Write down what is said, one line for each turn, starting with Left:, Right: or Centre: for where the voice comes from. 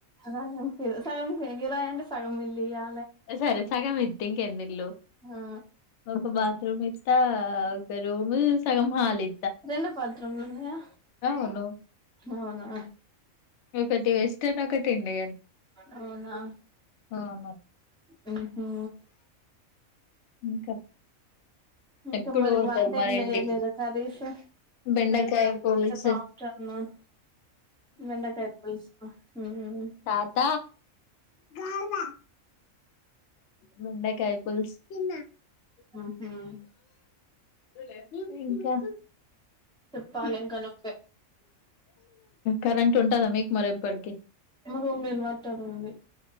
Centre: అలగా అనిపియాలే సగం కే గిలాయి అంటే సగం మిలియా
Left: సరే సగం ఇ తిం ఎందుల్
Centre: హా
Left: ఒక బాత్రూమ్ ఇస్తా ఒక రూమ్ సగం హాల్ ఇ
Centre: రెండు బాత్రూంలో ఉన్నాయా
Left: అవును.
Centre: అవునా
Left: ఒకటి వెస్టర్న్ ఒకటి ఇండియన్
Centre: అవునా
Left: అవును.
Centre: ఓహా
Left: ఇంకా
Centre: ఇంకా
Left: ఎప్పుడు
Centre: మరి
Left: పోతారు
Centre: వన్టైం
Left: మరి
Centre: చేయలేదా
Left: ఇంటికి?
Centre: కర్రీసు
Left: బెండకాయ
Centre: రేపు వెళ్తా
Left: పులుసు.
Centre: రేపు ఆఫ్టర్నూన్ బెండకాయ పులుసు ఉమ్
Left: తాత కాళ్ళ బెండకాయ పులుసు తిన్న
Centre: ఉమ్ హమ్
Left: దు లే నువ్వు ఇంకా
Centre: చెప్పాలి ఇంక నువ్వు
Left: కరెంట్ ఉంటదా మీకు మరెప్పటికీ
Centre: రూమ్ ఇన్వర్టర్ ఉంది